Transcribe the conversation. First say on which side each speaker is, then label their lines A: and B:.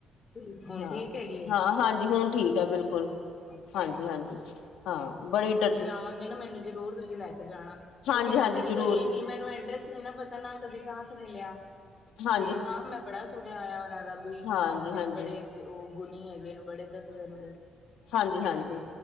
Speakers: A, on the left; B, on the left.
A: ਠੀਕ ਹੁਣ
B: ਹਾਂ,
A: ਠੀਕ ਹੈਗੀ ਹੈ
B: ਹਾਂ ਹਾਂਜੀ ਹੁਣ ਠੀਕ ਹੈ ਬਿਲ ਕੁਲ
A: ਅੱਛਾ
B: ਹਾਂਜੀ ਹਾਂਜੀ ਹਾਂ ਬੜੀ ਡਰ
A: ਆਵਾਗੀ ਨਾ ਮੈਨੂੰ ਜਰੂਰ ਤੁਸੀਂ ਲੈ ਕੇ ਜਾਣਾ
B: ਹਾਂਜੀ
A: ਕਿਉਂਕਿ ਮੈਂ
B: ਹਾਂਜੀ
A: ਕਦੇ
B: ਜ਼ਰੂਰ
A: ਗਈ ਨੀ ਮੈਨੂੰ ਐਡਰੈਸ ਨੀ ਨਾ ਪ ਨਾ ਕਦੀ ਸਾਥ ਮਿਲਿਆ।
B: ਹਾਂ
A: ਤੇ ਨਾਮ ਮੈਂ ਬੜਾ ਸੁਣਿਆ ਹੋਇਆ ਉਹਨਾਂ ਦਾ ਵੀ
B: ਹਾਂਜੀ
A: ਨਾਮ ਵੀ
B: ਹਾਂਜੀ
A: ਬੜੇ ਉਹ ਗੁਨੀ ਹੈਗੇ ਨੇ ਬੜੇ ਦੱਸਦੇ ਨੇ ਬਈ।
B: ਹਾਂਜੀ-ਹਾਂਜੀ